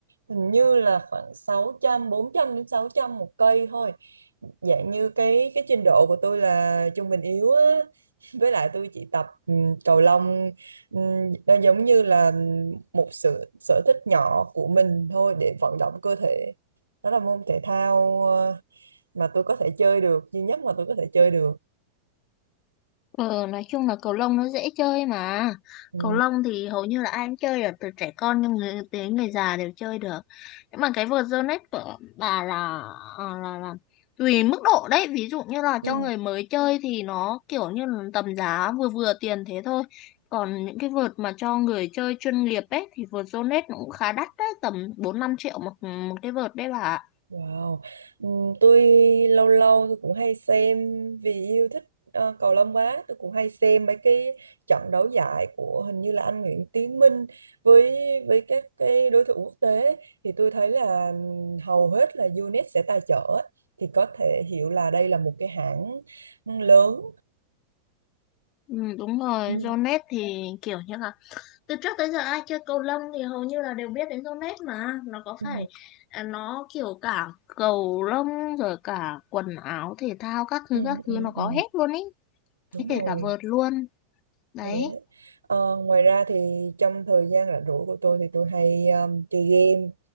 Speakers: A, on the right; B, on the left.
A: hình như là khoảng sáu trăm bốn trăm đến 600 một cây thôi dạng như cái cái trình độ của tôi là trung bình yếu á <laughs> với lại tôi chỉ tập ừm, cầu lông ừm, nó giống như là một sự sở thích nhỏ của mình thôi để vận động cơ thể đó là môn thể thao ờ, mà tôi có thể chơi được duy nhất mà tôi có thể chơi được
B: Ừ, nói chung là cầu lông nó dễ chơi mà.
A: ừ.
B: Cầu lông thì hầu như là ai cũng chơi được, từ trẻ con nhưng người, đến người già đều chơi được. Nhưng mà cái vợt Zonet của bà là, à, là là tùy mức độ đấy. Ví dụ như là
A: Ừ.
B: cho người mới chơi thì nó kiểu như là tầm giá vừa vừa tiền thế thôi. Còn những cái vợt mà cho người chơi chuyên nghiệp ấy thì vợt Zonet nó cũng khá đắt đấy, tầm bốn năm triệu một một cái vợt đấy bà. ạ.
A: Wow ừ. tôi lâu lâu tôi cũng hay xem vì yêu thích ờ, cầu lông quá tôi cũng hay xem mấy cái trận đấu giải của hình như là anh Nguyễn Tiến Minh với với các cái đối thủ quốc tế thì tôi thấy là hầu hết là UNET sẽ tài trợ ấy. thì có thể hiểu là đây là một cái hãng lớn
B: Ừ, đúng rồi,
A: ừ.
B: Zonet thì kiểu như là từ trước tới giờ ai chơi cầu lông thì hầu như là đều biết đến Zonet mà nó có
A: Ừ.
B: phải à, nó kiểu cả cầu lông rồi cả quần áo thể thao các thứ
A: Ừ.
B: các thứ
A: Ừ.
B: nó có
A: Ừ. Ừ.
B: hết luôn ý
A: đúng
B: thế kể
A: rồi
B: cả vợt luôn đấy
A: Thế. Ờ, ngoài ra thì trong thời gian rảnh rỗi của tôi thì tôi hay um, chơi game